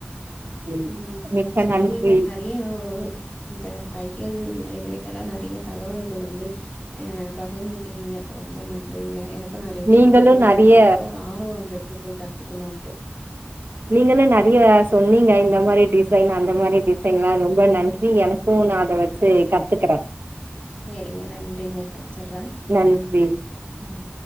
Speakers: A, on the right; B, on the left.
A: இருக்கும்
B: உம்
A: மிக்க
B: செரிங்க
A: நன்றி
B: நெறைய ஒ இந்த தையல் ரிலேட்டடா நறைய தகவல்கள் வந்து அஹ் பகிர்ந்துக்கனீங்க ரொம்ப நன்றிங்க எனக்கு நறைய விஷயம்
A: நீங்களும்
B: தெரிஞ்சுச்சு
A: நெறைய
B: எனக்கு ஒரு ஆர்வம் வந்திருக்கு க்கு போய் கத்துக்கணும்ன்ட்டு
A: நீங்களும் நிறைய சொன்னீங்க இந்த மாதிரி டிசைன் அந்த மாதிரி டிசைன் எல்லாம் ரொம்ப நன்றி எனக்கும் நான் அத வெச்சு கத்துக்கறேன்
B: செரிங்க நன்றிங்க வெச்சர்றேன்
A: நன்றி
B: உம்